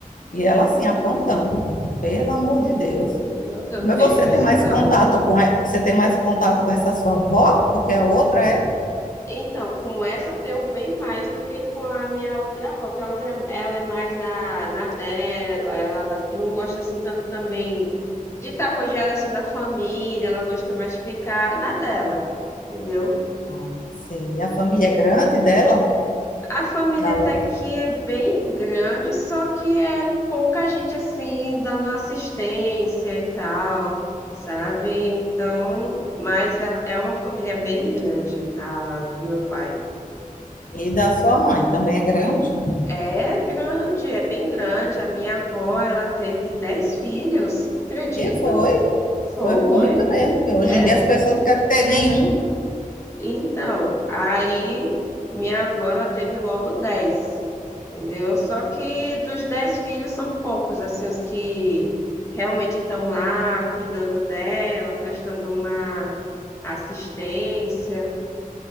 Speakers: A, on the left; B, on the left.
A: E ela, assim, aprontando, pelo amor de Deus.
B: Meu Deus,
A: Mas
B: não tem
A: você
B: juízo,
A: tem mais
B: não.
A: contato com você tem mais contato com essa sua avó do que a outra, é?
B: Então, com essa eu tenho bem mais do que com a minha outra avó, que a outra, ela é mais na, na dela, ela não gosta assim tanto também de estar rodeada assim da família, ela gosta mais de ficar na dela, entendeu?
A: Ah, sei. A família é grande dela,
B: A família
A: da
B: até
A: outra,
B: que é bem grande, só que é pouca gente assim dando assistência e tal, sabe? Então, mas ela- é uma família bem grande, a do meu pai.
A: e da sua mãe também é grande.
B: É grande, é bem grande. A minha avó, ela teve dez filhos, acredita?
A: E foi,
B: Foi.
A: foi muito mesmo. Hoje
B: É,
A: em dia as pessoas não querem ter nenhum.
B: então, aí minha avó, ela teve logo dez, entendeu? Só que dos dez filhos são poucos, assim, os que realmente estão lá cuidando dela, prestando uma assistência.